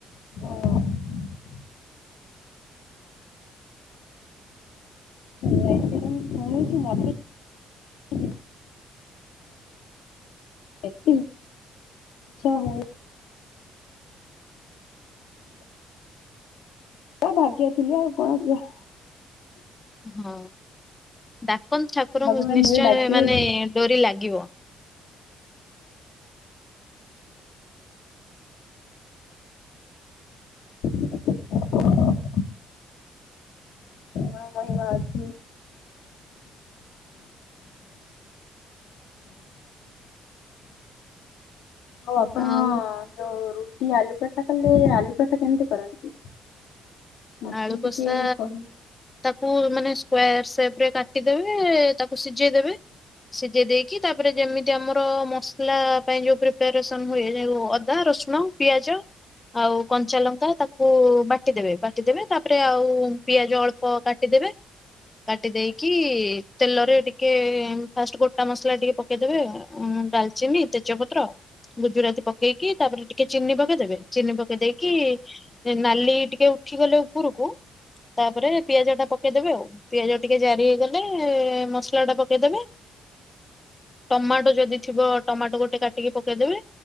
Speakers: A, on the left; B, on the left.
A: ହଁ ସେଇଟା ମୁଁ ଶୁଣୁଛି ମତେ <unintelligible> ଆଛା ହଉ। ତା ଭାଗ୍ୟ ଥିଲେ ଆଉ କଣ କୁହ?
B: ହଁ ଡାକନ୍ତୁ ଠାକୁରଙ୍କୁ
A: ଭଗବାନ
B: ନିଶ୍ଚୟ
A: ଯେବେ ଡାକିବେ
B: ମାନେ
A: ଯିବା
B: ଡୋରି ଲାଗିବ।
A: <inaudible> ହ ମଇମା ଅଛି। ହଉ ଆପଣ
B: ଆଉ
A: ଯଉ ରୁଟି ଆଲୁ କଷା କଲେ ଆଲୁ କଷା କେମିତି କରନ୍ତି? ମତେ
B: ଆଳୁ
A: ବି
B: କଷା
A: ଟିକେ କହିଲେ।
B: ତାକୁ ମାନେ ସ୍କୋୟର ସେପ ରେ କାଟିଦେବେ। ତାକୁ ସିଝେଇ ଦେବେ ସିଝେଇ ଦେଇକି ତାପରେ ଯେମିତ ଆମର ମସଲା ପାଇଁ ଯୋଉ ପ୍ରିପାରେସନ ହୁଏ ଜେଉ ଅଦା ରସୁଣ ପିଆଜ। ଆଉ କଞ୍ଚା ଲଙ୍କା ତାକୁ ବାଟିଦବେ ବାଟ ଟିଦବେ ତାପରେ ଆଉ ପିଆଜ ଅଳ୍ପ କାଟିଦେବେ। କାଟି ଦେଇକି ତେଲରେ ଟିକେ ଫାଷ୍ଟ ଗୋଟା ମସଲା ଟିକେ ପକେଇଦବେ ଆ ଡାଲ ଚିନି ତେଜପତ୍ର ଗୁଜୁରାତି ପକେଇକି ତାପରେ ଟିକେ ଚିନି ପକେଇଦେବେ ଚିନି ପକେଇ ଦେଇକି ନାଲି ଟିକେ ଉଠିଗଲେ ଉପରକୁ ତାପରେ ପିଆଜ ଟା ପକେଇଦବେ ଆଉ। ପିଆଜ ଟିକେ ଜାରି ହେଇଗଲେ ମସଲା ଟା ପକେଇଦେବେ। ଟମାଟୋ ଯଦି ଥିବ ଟମାଟୋ ଗୋଟେ କାଟିକି ପକେଇଦେବେ।